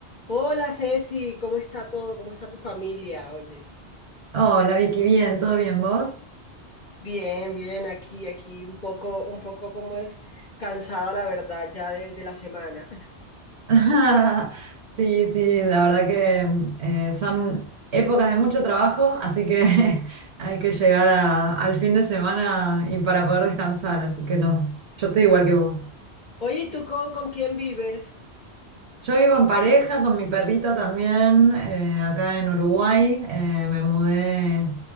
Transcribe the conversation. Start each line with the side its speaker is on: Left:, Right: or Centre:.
Left: Hola Ceci, ¿cómo está todo? ¿Cómo está tu familia? Oye,
Right: Hola Vicky, bien, ¿todo bien vos?
Left: bien, bien, aquí, aquí, un poco, un poco como es cansada la verdad ya de, de la semana.
Right: <laughs> Sí, sí, la verdad que mm, eh, son épocas de mucho trabajo, así que <laughs> hay que llegar a- al fin de semana y para poder descansar, así que no, yo estoy igual que vos.
Left: Oye, ¿y tú con, con quién vives?
Right: Yo vivo en pareja con mi perrita también, eh, acá en Uruguay. Eh, me mudé